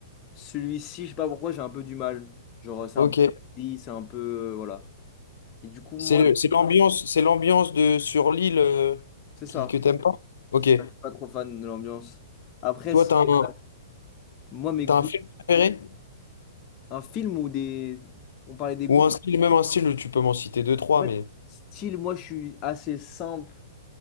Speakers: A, on the left; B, on the left.
A: celui-ci, je sais pas pourquoi, j'ai un peu du mal. Genre, c'est
B: Ok.
A: un peu gris, c'est un peu euh, voilà. Et du coup, moi,
B: C'est le- c'est l'ambiance, c'est l'ambiance de sur l'île euh,
A: c'est ça.
B: qui, que t'aimes pas? Ok.
A: C'est ça. Je suis pas trop fan de l'ambiance. Après,
B: Toi,
A: si,
B: t'as
A: euh,
B: un,
A: moi, mes
B: t'as
A: goûts,
B: un film préféré?
A: un film où des, on parlait des goûts.
B: Ou un style, même un style, tu peux m'en citer deux, trois,
A: En fait,
B: mais.
A: style, moi, je suis assez simple